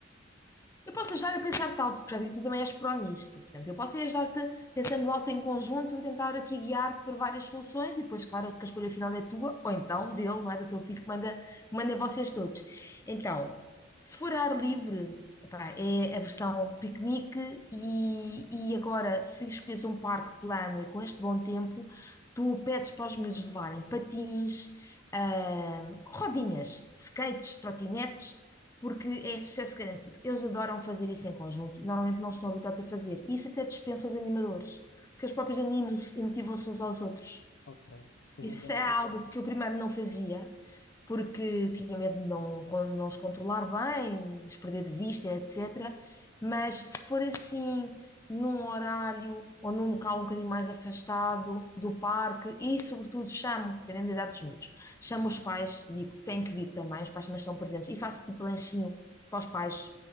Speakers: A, on the left (about 15°); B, on the left (about 65°).
A: Eu posso ajudar a pensar-te alto, porque já vi que tu também és pró nisto. Portanto, eu posso é ajudar-te pensando alto em conjunto, vou tentar aqui guiar-te para várias soluções e depois, claro, que a escolha final é tua, ou então dele, não é? Do teu filho que manda, que manda em vocês todos. Então, se for ar livre, epá, é a versão piquenique e, e agora, se escolhes um parque plano e com este bom tempo, tu pedes para os miúdos levarem patins, ahm, rodinhas, skates, trotinetes porque é sucesso garantido. Eles adoram fazer isso em conjunto e normalmente não estão habituados a fazer. E isso até dispensa os animadores, porque eles próprios animam-se e motivam-se uns aos outros.
B: Ok. Então,
A: Isso
B: vá,
A: é algo que eu primeiro não fazia, porque tinha medo de não, con- não os controlar bem, desprender de vista, etc. Mas se for assim, num horário ou num local um bocadinho mais afastado do parque, e sobretudo chamo, dependendo da idade dos miúdos, chamo os pais, e digo que têm que vir também, os pais também estão presentes, e faço tipo lanchinho para os pais,